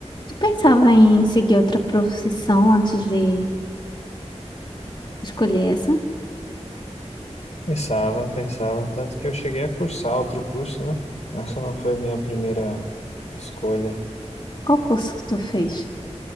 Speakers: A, on the left (about 40°); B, on the left (about 70°).
A: Tu pensava em seguir outra profissão antes de escolher essa?
B: Pensava, pensava, tanto que eu cheguei a cursar outro curso, né? Essa não foi minha primeira escolha.
A: Qual curso que tu fez?